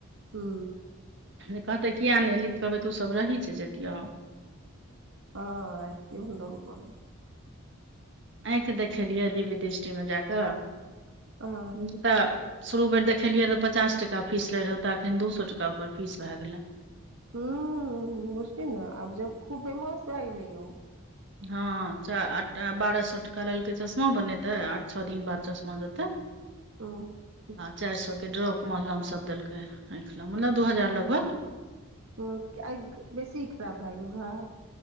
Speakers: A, on the right (about 75°); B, on the right (about 55°).
A: हू
B: जे कहतै किएक नहि एलहि तऽ कहबै तू सभ रही छै जैतियौ
A: हँ आय तऽ कियो नऽ रहो घर मऽ
B: आँखि देखेलियै दिव्य दृष्टि मे जा कऽ
A: आहाँ
B: जेतय शुरू बेर देखेलियै रहऽ पचास टाका फीस लैत रहै ओतऽ एखन दू सए टाका ओकर फीस भए गेलै
A: हँ बुझीनऽ आब जब खूब बदमासभागलै इहो
B: हँ बारह सए टका लेलकै चश्मा बनेते और छओ दिन बाद चश्मा देते <inaudible>
A: हू
B: आ चारि सए के ड्रॉप महलम सब देलकै आँखल मतलब दू हजार लगभग
A: हू एँख बेसी खराब भए गेलो हँ